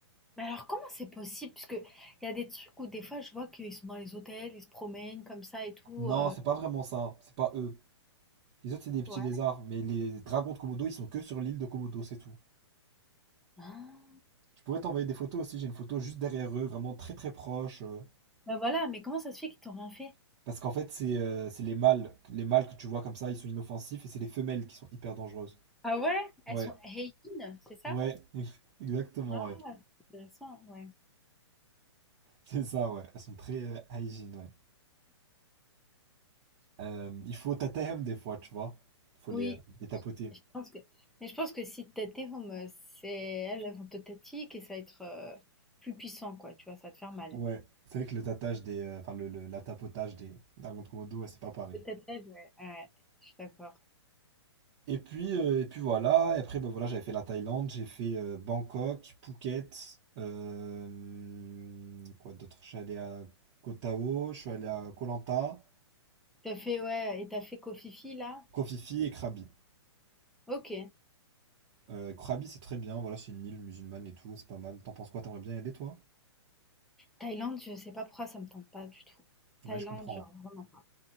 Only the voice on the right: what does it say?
Non,
c'est pas vraiment ça. C'est pas eux. Les autres, c'est des petits
lézards. Mais les dragons de Komodo, ils sont que sur l'île de Komodo, c'est tout.
Je pourrais t'envoyer des photos aussi. J'ai une photo juste derrière eux, vraiment très très proche. euh.
Parce qu'en fait, c'est euh, c'est les mâles. Les mâles que tu vois comme ça, ils sont inoffensifs. Et c'est les femelles qui sont hyper dangereuses.
Ouais,
ouais, <laughs> exactement,
ouais.
C'est ça, ouais. Elles sont très euh, hygiène, ouais. Euh, il faut tatayam des fois, tu vois. Faut
les, euh, les
tapoter.
Ouais. C'est vrai que le tatage des, euh, enfin le, le- la tapotage des dragons de Komodo, ouais, c'est pas pareil.
Et puis, euh, et puis voilà. Et après, bah voilà, j'avais fait la Thaïlande, j'ai fait euh, Bangkok, Phuket, euh, quoi d'autre? Je suis allé à Koh Tao, je suis allé à Koh Lanta,
Koh Phi Phi et Krabi.
Euh, Krabi, c'est très bien. Voilà, c'est une île musulmane et tout, c'est pas mal. T'en penses quoi? T'aimerais bien y aller, toi?
Ouais, je comprends.